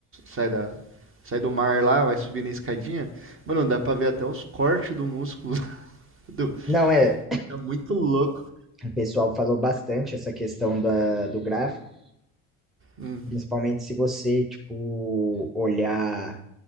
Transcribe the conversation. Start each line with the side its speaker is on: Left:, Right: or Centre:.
Right: sai da. Sai do mar lá, vai subir na escadinha. Mano, dá pra ver até os cortes do músculo. <laughs> Do...
Centre: Não, é,
Right: Tá muito louco.
Centre: o pessoal falou bastante essa questão da, do gráfico,
Right: Hum,
Centre: principalmente se você, tipo, olhar